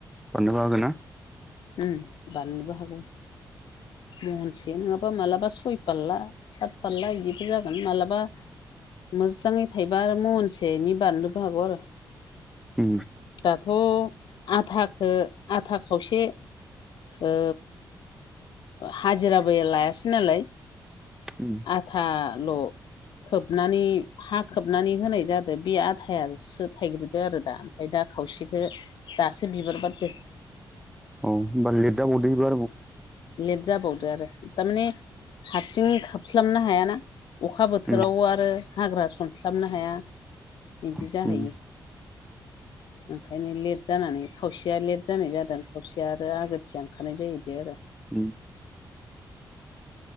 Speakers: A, in the centre; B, on the left (about 75°).
A: बारनो बो हागोन ना
B: उ बारनोबो हागौ महनसे नङाबा मालाबा सय स बारला, सात बारला बिदिबो जागोन। माबलाबा मोजाङै थाइबा आरो महनसेनि बारनोबो हागौ आरो।
A: उ
B: दाथ' आदाखौ आदा खावसे ओ हाजिराबो लायासै नालाय
A: उ
B: आदाल' खोबनानै हा खोबनानै होनाय जादों। बे आदायासो थायग्रोदो आरो दा ओमफ्राय दा खावसेखौ दासो बिबार बारदों।
A: औ बाल ले दा बदबार <unintelligible>
B: लेट जाबावदों आरो थारमाने हारसिं खोबस्लाबनो हायाना। अखा बोथोराव
A: उम
B: आरो हाग्रा सनस्लाबनो हाया बिदि
A: उम
B: जाहैयो। <inaudible> ओंखायनो लेट जानानै खावसेया लेट जानाय जादों। खावसेया आरो आगोरथिया ओंखारनाय जायो बे आरो।
A: उ